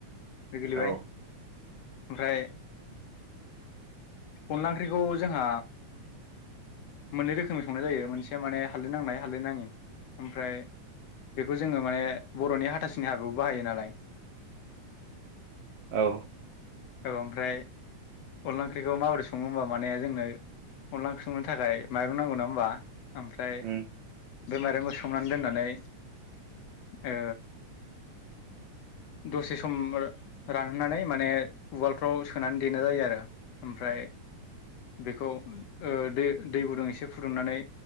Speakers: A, on the left; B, on the right.
A: बे गोलैबाय
B: औ
A: ओमफ्राय अनला ओंख्रिखौ जोंहा मोननै रोखोमनि संनाय जायो मोनसे माने हालदै नांनाय हालदै नाङि ओमफ्राय बेखौ जोङो माने बर'नि हाथासुनि हाबायाव बाहायो नालाय
B: औ
A: औ ओमफ्राय अनला ओंख्रिखौ माबोरै सङो होमबा माने जोंनो अनला ओंख्रि संनो थाखाय माइरं नांगौ नङा होमबा ओमफ्राय
B: उम
A: बे माइरंखौ सोमनानै दोननानै आ दसे सम रानहोनानै माने उवालफ्राव सोनानै देनाय जायो आरो ओमफ्राय बेखौ दै दै गुदुं एसे फुदुंनानै